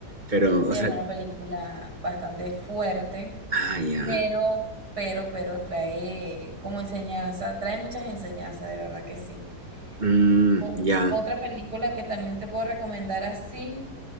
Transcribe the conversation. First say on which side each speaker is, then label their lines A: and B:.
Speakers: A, on the right; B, on the right.
A: pero,
B: Sí,
A: o
B: es
A: sea,
B: una película bastante fuerte,
A: ah, ya,
B: pero, pero, pero trae como enseñanza, trae muchas enseñanzas, de verdad que sí.
A: Mm,
B: O-
A: ya,
B: Otra película que también te puedo recomendar así